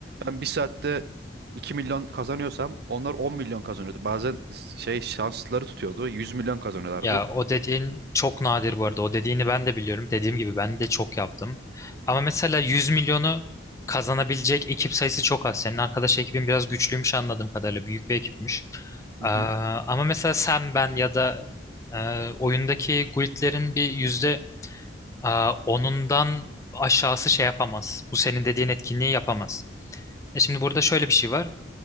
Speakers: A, on the right; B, on the left.
A: ben bir saatte 2 milyon kazanıyorsam onlar 10 milyon kazanıyordu. Bazen şey şansları tutuyordu. 100 milyon kazanıyorlardı.
B: Ya o dediğin çok nadir bu arada. O dediğini ben de biliyorum. Dediğim gibi ben de çok yaptım. Ama mesela 100 milyonu kazanabilecek ekip sayısı çok az. Senin arkadaş ekibin biraz güçlüymüş anladığım kadarıyla. Büyük bir ekipmiş.
A: Hı
B: Ee,
A: hı.
B: ama mesela sen, ben ya da e, oyundaki guildlerin bir yüzde e, onundan aşağısı şey yapamaz. Bu senin dediğin etkinliği yapamaz. E şimdi burada şöyle bir şey var.